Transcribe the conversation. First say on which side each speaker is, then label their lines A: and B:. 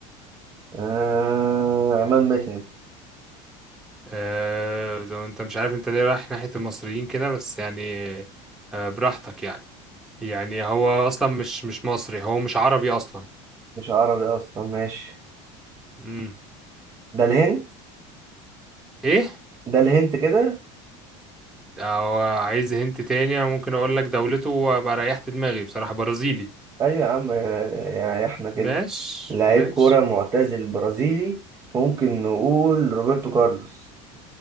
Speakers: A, on the right; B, in the centre.
A: آه... عماد متعب
B: آه زي ما انت مش عارف انت ليه رايح ناحية المصريين كده بس يعني آه براحتك يعني يعني هو اصلا مش مش مصري هو مش عربي اصلا
A: مش عربي أصلا ماشي
B: امم
A: ده الهند
B: ايه
A: ده الهند كده
B: او عايز هنت تاني انا ممكن اقول لك دولته وابقى ريحت دماغي بصراحة برازيلي
A: أيوة يا عم آه، يعني إحنا كده
B: ماشي
A: لعيب
B: ماشي
A: كورة معتزل برازيلي ممكن نقول روبرتو كارلوس